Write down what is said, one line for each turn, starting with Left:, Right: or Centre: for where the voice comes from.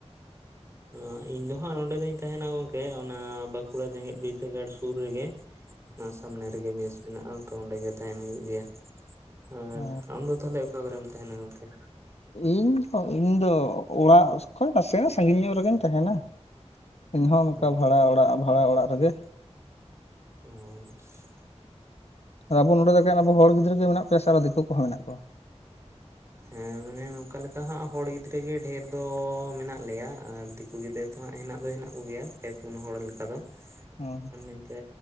Right: ᱦᱟᱸ ᱤᱧ ᱫᱚ ᱦᱟᱸᱜ ᱱᱚᱸᱰᱮ ᱫᱩᱧ ᱛᱟᱦᱮᱱᱟ ᱜᱚᱝᱠᱮ ᱚᱱᱟ ᱵᱟᱸᱠᱩᱲᱟ ᱡᱮᱜᱮᱛ ᱵᱤᱨᱫᱟᱹᱜᱟᱲ ᱥᱩᱨ ᱨᱮᱜᱮ
Left: <unintelligible>
Right: ᱱᱟ ᱥᱟᱢᱱᱮ ᱨᱮᱜᱮ ᱢᱮᱥ ᱢᱮᱱᱟᱜᱼᱟ ᱛᱚ ᱚᱱᱰᱮ ᱜᱮ ᱛᱟᱦᱮᱱ ᱦᱩᱭᱩᱜ ᱜᱮᱭᱟ ᱟᱨ
Left: ᱚ
Right: ᱟᱢ ᱫᱚ ᱛᱟᱦᱚᱞᱮ ᱚᱠᱟ ᱠᱚᱨᱮᱢ ᱛᱟᱦᱮᱱᱟ ᱜᱚᱝᱠᱮ?
Left: ᱤᱧ ᱛᱚ ᱤᱧ ᱫᱚ ᱚᱲᱟᱜ ᱠᱷᱚᱱ ᱱᱟᱥᱮ ᱥᱟᱺᱜᱤᱧ ᱧᱚᱜ ᱨᱮᱜᱮᱧ ᱛᱟᱦᱮᱱᱟ ᱤᱧ ᱦᱚᱸ
Right: ᱚ
Left: ᱚᱱᱠᱟ ᱵᱷᱟᱲᱟ ᱚᱲᱟᱜ ᱵᱷᱟᱲᱟ ᱚᱲᱟᱜ ᱨᱮᱜᱮ
Right: <inaudible>
Left: ᱟᱵᱚ ᱱᱚᱰᱮ ᱫᱚ ᱮᱠᱮᱱ ᱟᱵᱚ ᱦᱚᱲ ᱜᱤᱫᱽᱨᱟᱹ ᱜᱮ ᱢᱮᱱᱟᱜ ᱯᱮ ᱥᱮ ᱟᱨ ᱫᱤᱠᱩ ᱠᱚᱦᱚᱸ ᱢᱮᱱᱟᱜ ᱠᱚᱣᱟ
Right: ᱦᱮᱸ ᱢᱟᱱᱮ ᱱᱚᱝᱠᱟ ᱞᱮᱠᱟ ᱦᱟᱸᱜ ᱦᱚᱲ ᱜᱤᱫᱽᱨᱟᱹ ᱜᱮ ᱰᱷᱮᱨ ᱫᱚ ᱢᱮᱱᱟᱜ ᱞᱮᱭᱟ ᱟᱨ ᱠᱩ ᱜᱤᱫᱽᱟᱹᱨ ᱫᱚᱦᱟᱸᱜ ᱦᱮᱱᱟᱜ ᱫᱚ ᱦᱮᱱᱟᱜ ᱠᱚᱜᱮᱭᱟ ᱯᱮ ᱯᱩᱱ ᱦᱚᱲ ᱞᱤᱠᱟ ᱫᱚ
Left: <inaudible>
Right: ᱢᱮᱱᱛᱮ